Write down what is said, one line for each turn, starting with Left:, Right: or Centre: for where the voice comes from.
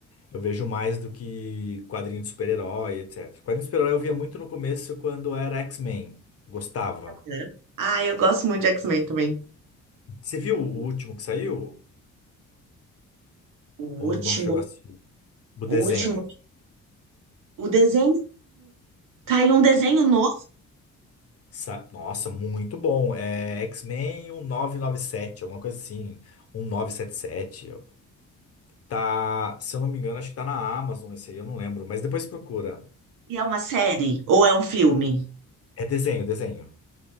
Left: Eu vejo mais do que quadrinho de super-herói, etc. Quadrinho de super-herói eu via muito no começo quando era X-Men. Gostava.
Right: É. Ah, eu gosto muito de X-Men também.
Left: Você viu o último que saiu?
Right: O
Left: Ou
Right: último,
Left: não chegou a assistir? Do
Right: o
Left: desenho?
Right: último, o desenho. Tá aí um desenho novo
Left: Sa- Nossa, muito bom. É X-Men 1997, alguma coisa assim. um nove sete sete. Tá, se eu não me engano, acho que tá na Amazon esse aí, eu não lembro. Mas depois procura.
Right: e é uma série ou é um filme?
Left: É desenho, desenho.